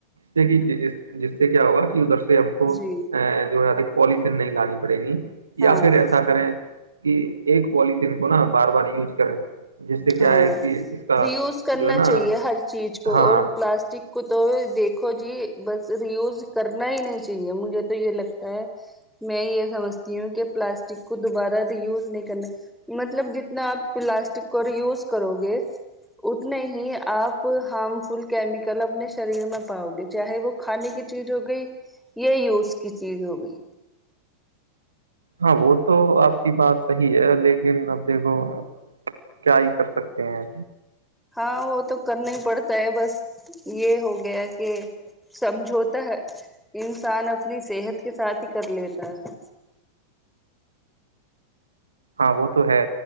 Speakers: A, on the right; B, in the centre.
A: ج سے کہ جس سے کیا ہوگا کہ ادھر سے ہم کو
B: جی
A: ا جو ہے پولیتن نہیں لانی پڑے گی
B: ہاں
A: یا پھر ایسا کریں کہ ایک پوالتین کو نا بار بار یوز کریں جس سے
B: ہاں
A: کیا ہے کہ اس کا
B: ری یوز کرنا
A: جو
B: چاہیے
A: نا
B: ہر چیز کو
A: ہاں
B: اور پلاسٹک کو تو دیکھو جی بس ریوز کرنا ہی نہیں چاہیے مجھے تو یہ لگتا ہے میں یہ سمجھتی ہوں کہ پلاسٹک کو دوبارہ یوز نہیں کرنے مطلب جتنا آپ پلاسٹک کو یوز کرو گے اتنے ہی آپ ہارم فل کیمیکل اپنے شریر میں پاؤ گے چاہے وہ کھانے کی چیز ہو گئی یا یوس کی چیز ہوگئی
A: ہاں وہ تو آپ کی بات صحیح ہے لیکن اب دیکھو کیا ہی کر سکتے ہیں
B: ہاں وہ تو کرنا ہی پڑتا ہے بس یہ ہو گیا کہ سمجھوتا ہے انسان اپنی صحت کے ساتھ ہی کر لیتا ہے
A: ہاں وہ تو ہے